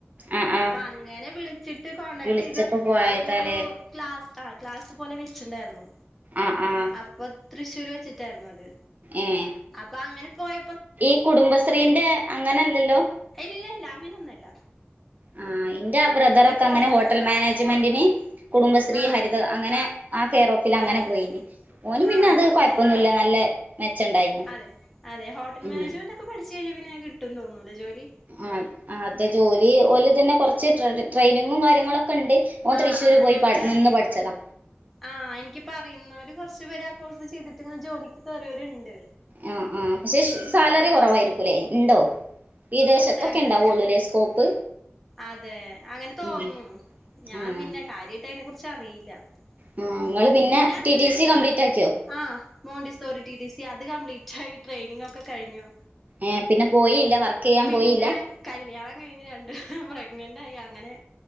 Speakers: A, on the right; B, in the centre.
A: ആ ആ
B: അപ്പ അങ്ങനെ വിളിച്ചിട്ട് കോണ്ടാക്ട്
A: വിളിച്ചപ്പോ
B: ചെയ്ത്
A: പോയതാലേ
B: അവരൊരു ക്ലാസ് ആ ക്ലാസ് പോലെ വെ ച്ച് ണ്ടായിരുന്നു
A: ആഹ് ആഹ്
B: അപ്പൊ തൃശ്ശൂര് വെച്ചിട്ടായിരുന്നു അത്.
A: ഏഹ്.
B: അപ്പൊ അങ്ങനെ പോയ
A: ഈ കുടുംബശ്രീന്റെ അങ്ങനല്ലല്ലോ?
B: ഇല്ലല്ല അങ്ങനൊന്നുവല്ല
A: ആഹ് ഇന്റെ ബ്രദറൊക്കെ
B: പോയിപ്പോ
A: അങ്ങനെ ഹോട്ടൽ മാനേജ്മെന്റിന് കുടുംബശ്രീ
B: ആ
A: ഹരിത അങ്ങനെ ആ കേറോഫിലങ്ങനെ
B: അതെ
A: പോയീനി ഓന്
B: ആ
A: പിന്നെ അത്
B: ഇതങ്ങനെയല്ല
A: കൊഴപ്പൊന്നുല്ല നല്ല മെച്ചണ്ടായിന്നു
B: അതെ അതെ ഹോട്ടൽ
A: ഉം
B: മാനേജ്മെന്റ് ഒക്കെ പഠിച്ച് കഴിഞ്ഞാ പിന്നെ കിട്ടുന്ന് തോന്നൂല്ലേ ജോലി?
A: ആഹ് അതെ ജോലി ഓല് ഇതന്നെ കൊറച്ച് ട്രെയിനിങ്ങും കാര്യങ്ങളൊക്കെണ്ട് ഓൻ
B: ആഹ്
A: തൃശ്ശൂര്
B: ആഹ്
A: പോയി
B: ഇവിടെ
A: നിന്ന് പഠിച്ചതാ
B: ആഹ് എനിക്ക് ഇപ്പൊ അറിയുന്നോര് കൊറച്ചുപേര് ആ കോഴ്സ് ചെയ്തിട്ട് ഇങ്ങനെ ജോലിക്ക് കയറിയവരുണ്ട്
A: ആഹ് ആഹ് പക്ഷെ സാലറി കൊറവായിരിക്കൂല്ലേ ഇണ്ടോ? വിദേശത്തൊക്കെ
B: സാലറി
A: ഇണ്ടാവൊള്ളൂലേ സ്കോപ്പ്?
B: അതെ അങ്ങനെ തോന്നുന്നു
A: ഉം
B: ഞാ
A: ആഹ്
B: പിന്നെ കാര്യായിട്ട് അതിനെ കുറിച്ച് അറിയില്ല
A: ആ നിങ്ങൾ
B: ഉം
A: പിന്നെ
B: പിന്നത്
A: ടി
B: കഴിഞ്ഞിട്ട്
A: ടി സി കംപ്ലീറ്റ് ആക്കിയോ
B: ആഹ് മോണ്ടിസോറി ടി ടി സി അത് കംപ്ലീറ്റായി ട്രെയിനിങ്ങൊക്കെ കഴിഞ്ഞു
A: ഏഹ് പിന്നെ പോയില്ല വർക്കെയ്യാൻ
B: പിന്നെ
A: പോയില്ല?
B: കല്യാണം കഴിഞ്ഞ് രണ്ടു പ്രഗ്നന്റായി അങ്ങനെ